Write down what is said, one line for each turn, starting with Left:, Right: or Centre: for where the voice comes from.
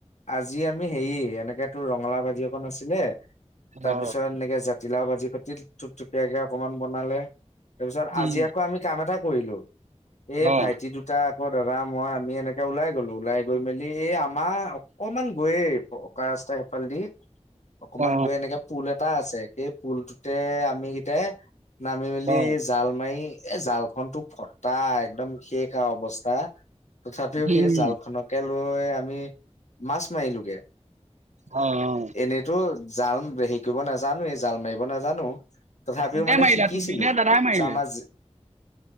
Left: আজি আমি হেৰি এনেকে তোৰ ৰঙালাওঁ ভাজি অকণ আছিলে। তাৰপিছত
Right: অ
Left: এনেকে জাতিলাও ভাজি কাটি, থূপথুপীয়াকে অকনমান বনালে। তাৰপিছত আজি
Right: উম
Left: আকৌ আমি কাম এটা কৰিলো, এই
Right: অ
Left: ভাইটি দু টা আকৌ দাদা মই আমি এনেকে ওলাই গলো, ওলাই গৈ মেলি এই আমাৰ অকমান গৈয়ে পকা ৰাস্তা সেইফালে দি অকমান
Right: অ
Left: গৈ এনেকে পুল এটা আছে, সেই পুলটোতে আমি গিতাই। নামি মেলি
Right: অ
Left: জাল মাৰি, এ জাল খনটো ফটা, একদম শেষ আও অৱস্থা, তথাপিও
Right: উম
Left: সেই জালখনক তাকে লৈ আমি, মাছ মাৰিলোগে।
Right: অ' অ '।
Left: এনেইতো জাল হেৰি কৰিব নাজানোৱেই, জাল মাৰিব নাজানো। তথাপিও
Right: কোনে
Left: মানে
Right: মাৰিলা
Left: শিকিছিলো,
Right: তুমি নে দাদাই মাৰিলে?
Left: চামাজ